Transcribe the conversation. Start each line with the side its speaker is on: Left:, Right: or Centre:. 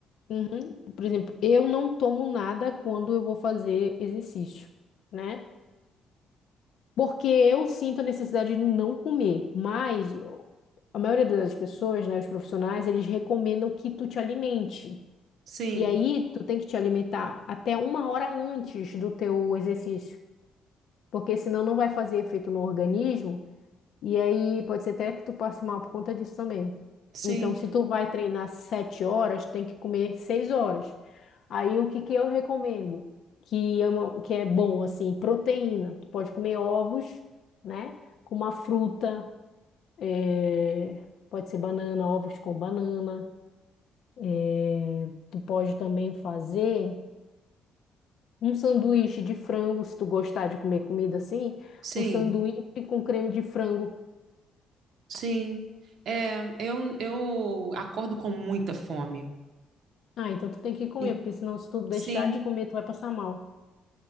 Left: uhum, por exemplo, eu não tomo nada quando eu vou fazer exercício, né? Porque eu sinto a necessidade de não comer, mas a maioria das pessoas, né, os profissionais, eles recomendam que tu te alimente.
Right: Sim,
Left: E aí, tu tem que te alimentar até uma hora antes do teu exercício. porque senão não vai fazer efeito no organismo, e aí pode ser até que tu passe mal por conta disso também.
Right: sim,
Left: Então, se tu vai treinar sete horas, tu tem que comer seis horas. Aí, o que que eu recomendo? Que é, uma- que é bom, assim, proteína. Tu pode comer ovos, né? Com uma fruta, eh, pode ser banana, ovos com banana. Eh, Tu pode também fazer. Um sanduíche de frango, se tu gostar de comer comida assim,
Right: sim,
Left: um sanduíche com creme de frango.
Right: sim. É, eu, eu acordo com muita fome.
Left: Ah, então tu tem que comer,
Right: E,
Left: porque senão se tu deixar
Right: sim,
Left: de comer, tu vai passar mal.